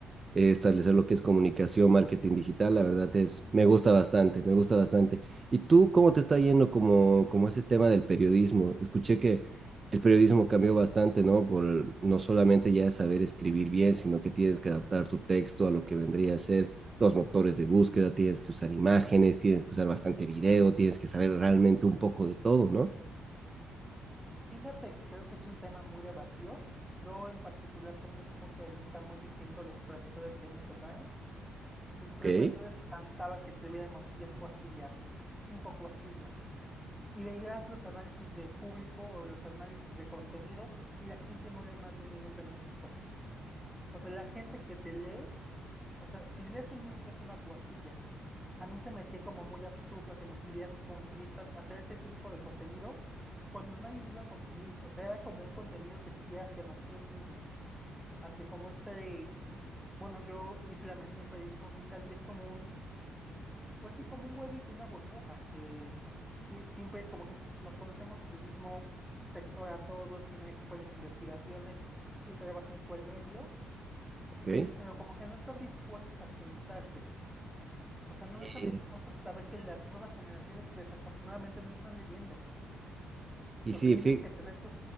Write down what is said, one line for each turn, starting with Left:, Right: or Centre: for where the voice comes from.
Right: eh, establecer lo que es comunicación, marketing digital, la verdad es, me gusta bastante, me gusta bastante. ¿Y tú cómo te está yendo como, como ese tema del periodismo? Escuché que el periodismo cambió bastante, ¿no? Por no solamente ya saber escribir bien, sino que tienes que adaptar tu texto a lo que vendría a ser los motores de búsqueda, tienes que usar imágenes, tienes que usar bastante video, tienes que saber realmente un poco de todo, ¿no?
Centre: Fíjate que creo que es un tema muy debatido. Yo en particular tengo un punto de vista muy distinto a los profesores que a mí me tocaron. Mis profesores
Right: Ok,
Centre: me cantaba que escribiéramos 10 cuartillas, 5 cuartillas. y veías los análisis de público o los análisis de contenido y la gente no lee más de un minuto en México. O sea, la gente que te lee, o sea, si lees un minuto es una cuartilla. A mí se me hacía como muy absurdo que nos pidieran consumir, tan- hacer este tipo de contenido cuando nadie lo iba a consumir. O sea, era como un contenido que se hacía hacia nosotros mismos. Hacia como este, bueno, yo hice la maestría en periodismo ambiental y es como un pues sí, como un huevito, una burbuja, que sí, siempre como que nos conocemos entre el mismo sector a todos, quién ha hecho cuáles investigaciones, quién trabaja en cuál medio,
Right: ok.
Centre: pero como que no están dispuestos a actualizarse. O sea, no
Right: Eh,
Centre: están dispuestos a saber que las nuevas generaciones desafortunadamente no están leyendo.
Right: y
Centre: O
Right: sí,
Centre: sea, tienes
Right: fi-
Centre: que tener tu,